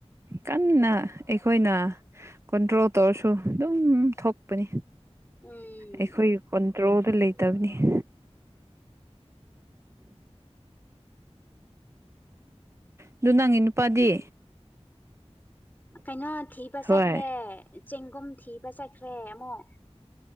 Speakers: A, on the right; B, on the left.
A: ꯀꯟꯅ ꯑꯩꯈꯣꯏꯅ ꯀꯟꯇ꯭ꯔꯣꯜ ꯇꯧꯔꯁꯨ ꯑꯗꯨꯝ ꯊꯣꯛꯄꯅꯤ
B: ꯎꯝ
A: ꯑꯩꯈꯣꯏ ꯀꯨꯟꯇ꯭ꯔꯣꯗ ꯂꯩꯇꯕꯅꯤ <inaudible> ꯑꯗꯨ ꯅꯪꯒꯤ ꯅꯨꯄꯥꯗꯤ
B: ꯀꯩꯅꯣ ꯊꯤꯕ
A: ꯍꯣꯏ
B: ꯆꯠꯈ꯭ꯔꯦ ꯆꯦꯡꯒꯨꯝ ꯊꯤꯕ ꯆꯠꯈ꯭ꯔꯦ ꯑꯃꯨꯛ